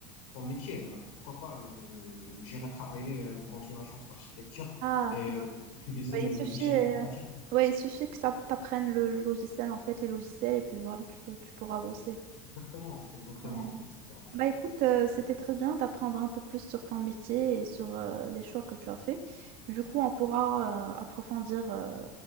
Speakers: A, on the left; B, on the right.
A: ton métier. Euh, Pourquoi pas, euh, j'irai travailler euh, dans une agence d'architecture
B: ah.
A: et euh, utiliser
B: Ouais,
A: mes,
B: il suffit,
A: mes outils
B: euh,
A: informatiques.
B: ouais, il suffit que ça t'apprenne le, le logiciel en fait, les logiciels, et puis voilà, tu peux, tu pourras bosser.
A: Exactement, exactement,
B: Ouais.
A: exactement.
B: Bah écoute, euh, c'était très bien d'apprendre un peu plus sur ton métier et sur euh, les choix que tu as faits. Du coup, on pourra euh, approfondir euh,